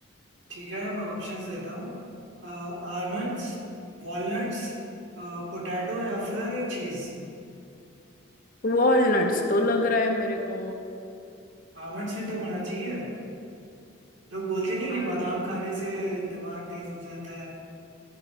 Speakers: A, on the right; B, on the left.
A: ठीक है मैं ऑप्शंस देता हूँ आलमंड्स वॉलनट्स पोटैटो या फिर चीज
B: वॉलनट्स तो लग रहा है मेरे को
A: आलमंड्स भी तो होना चाहिए लोग बोलते नहीं कि
B: आलमंड
A: बादाम खाने से दिमाग तेज हो जाता है